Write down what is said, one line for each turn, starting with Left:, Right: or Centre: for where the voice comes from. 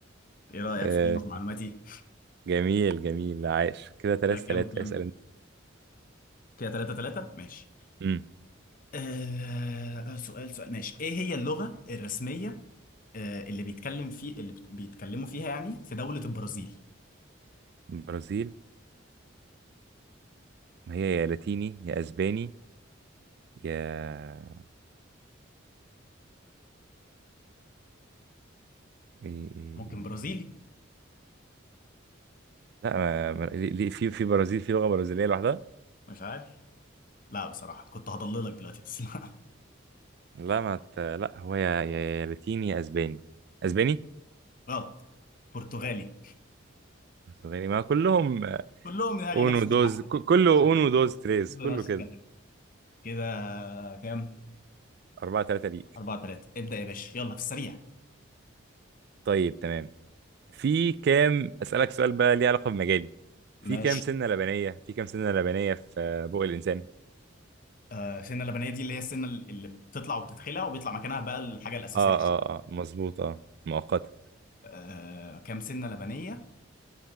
Left: إيه رأيك
Right: آه،
Left: في في معلوماتي؟
Right: جميل جميل عايش كده ثلاثة
Left: كده
Right: ثلاثة
Left: كام كام؟
Right: اسأل انت
Left: كده تلاتة تلاتة ماشي
Right: امم
Left: آه آه، سؤال سؤال ماشي ايه هي اللغة الرسمية آه اللي بيتكلم في اللي بت- بيتكلموا فيها يعني في دولة البرازيل
Right: البرازيل ما هي يا لاتيني يا اسباني يا إيه- إيه-
Left: ممكن
Right: إيه.
Left: برازيلي
Right: لا ما... ما... ليه- ليه- في في برازيل في لغة برازيلية لوحدها
Left: مش عارف لا بصراحة كنت هضللك دلوقتي بس <laughs> لا.
Right: لا ما ت... لا هو يا يا يا لاتيني يا اسباني اسباني
Left: غلط برتغالي
Right: اسباني ما كلهم
Left: كلهم يعني
Right: اونو
Left: نفس
Right: دوز
Left: الحاجات
Right: ك-
Left: يعني
Right: كله اونو
Left: يعني
Right: دوز تريز
Left: كله
Right: كله
Left: نفس
Right: كده
Left: الكلام كده كام
Right: أربعة ثلاثة ليك
Left: أربعة تلاتة ابدأ يا باشا يلا في السريع
Right: طيب تمام في كام أسألك سؤال بقى ليه علاقة بمجالي
Left: ماشي
Right: في كام سنة لبنية في كام سنة لبنية في بق الإنسان
Left: آه السنة اللبنية دي اللي هي السنة اللي بتطلع وبتتخلع وبيطلع مكانها بقى الحاجة الأساسية
Right: اه اه اه مظبوط اه مؤقتة
Left: آه كام سنة لبنية